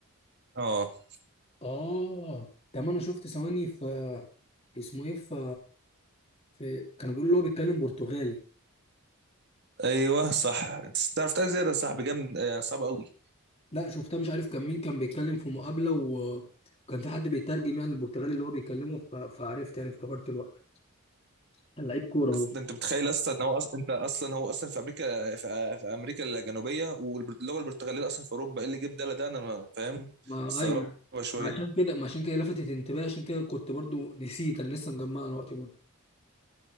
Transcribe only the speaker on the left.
آه طب أنا شفت ثواني في اسمه إيه في في كانوا بيقولوا اللي هو بيتكلم برتغالي
لا شفتها مش عارف كان مين كان بيتكلم في مقابلة و- وكان في حد بيترجم يعني البرتغالي اللي هو بيكلمه ف- فعرفت يعني افتكرت الوقت كان لعيب كورة هو
ما
ايوه ما-
عشان كده ما عشان كده لفتت انتباهي عشان كده كنت برضو نسيت انا لسه مجمعها دلوقتي برضو